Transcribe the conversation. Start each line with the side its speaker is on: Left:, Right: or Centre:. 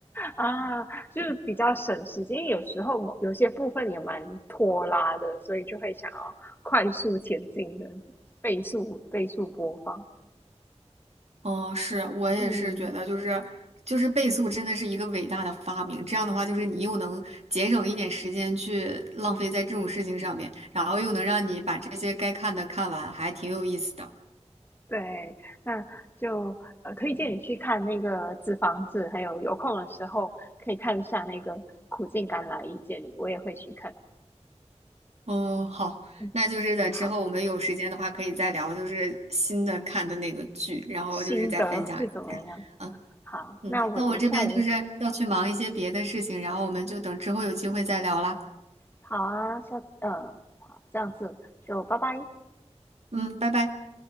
Left: 啊，就是比较省时间，因为有时候某有些部分也蛮拖拉的，所以就会想要快速前进的，倍速倍速播放。
Right: 哦，是，我也是觉得，
Left: 嗯，
Right: 就是就是倍速真的是一个伟大的发明。这样的话，就是你又能节省一点时间去浪费在这种事情上面，然后又能让你把这些该看的看完，还挺有意思的。
Left: 对，那就呃推荐你去看那个《纸房子》，还有有空的时候可以看一下那个《苦尽甘来遇见你》，我也会去看。
Right: 哦，好，
Left: 嗯，
Right: 那就是在之后我们有时间的话，
Left: 好，
Right: 可以再聊，就是新的看的那个剧，然后就是再分享一下。
Left: 心得是怎么样？
Right: 嗯
Left: 好，
Right: 嗯，
Left: 那我等一下有
Right: 那我这边就是要去忙一些别的事情，然后我们就等之后有机会再聊啦。
Left: 好啊，下，呃，好，这样子就拜拜。
Right: 嗯，拜拜。